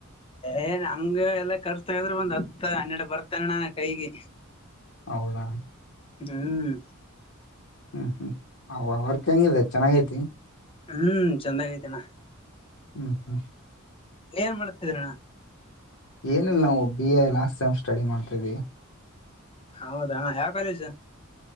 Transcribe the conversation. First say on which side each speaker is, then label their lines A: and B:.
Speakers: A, on the left (about 25°); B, on the left (about 65°).
A: ಏನ್ ಹಂಗ ಎಲ್ಲ ಖರ್ಚು ತೆಗದರ ಒಂದ್ ಹತ್ತ, ಹನ್ನೆಡು, ಬರ್ತನ ಎನ್ ಅಣ್ಣ ಕೈಗಿ.
B: ಹೌದಾ.
A: ಹ್ಮ್.
B: ಹ್ಮ್ ಹ್ಮ್ ಅವ ವರ್ಕ್ ಹೆಂಗಿದೆ ಚೆನ್ನಾಗೈತಿ.
A: ಹ್ಮ್ ಚಂದಾಗಿ ಐತಿ ಅಣ್ಣ.
B: <inaudible>
A: ಏನ್ ಮಾಡ್ತಿದ್ರಣ್ಣ.
B: ಏನಿಲ್ಲ ನಾವು B A last time study ಮಾಡ್ತ್ವಿ.
A: ಹೌದಾ ಯಾವ ಕಾಲೇಜು